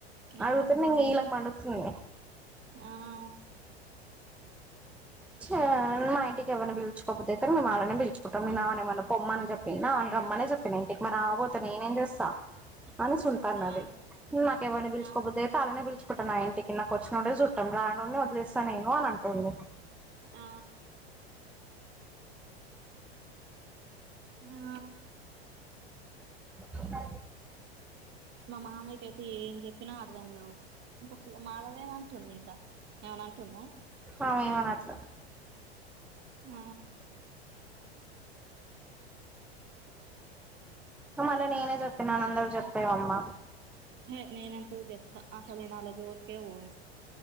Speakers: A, on the right; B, in the centre.
A: ఆ
B: అగుత న ఇలా్ మతుని
A: ఆ ఆ
B: చ్చా మా ఇంటికెవరిని పీల్చుకొబుదైతే మీమలనే పిచుకుంటాం నీన్ ఆమెనేమ్మాన పొమ్మనిచేపిన అవ్ రమ్మనే చెప్పింది ఇంటి ఇ మ రాకబోతే నేనేం చేస్తాను అని చుంటాను
A: ఆ
B: అది నాకు ఎవరిని పిలుచుకపోతేయితే
A: ఆ
B: అలానే పిలుచు ఇ న ఇట్కిి నాకు వచ్చినోడే చుట్టం రా నుంని వదిలేస్తా నేను అంటుంది
A: ఆ ఆ
B: సాది
A: మా మావయ్యకైతే ఏచేపినా అర్ధం కావు ఇంకోసూది మాదేవమంటుంది ఇంకా ఏమన్నటుందా
B: అ ఏమనట్
A: ఆ
B: మళ్ళీ నేనే చెప్పినను అందరూ చెప్పేవమ్మా
A: హే నేనెంతూ చెప్తా ఆసలు ననాల జోర్క ఓను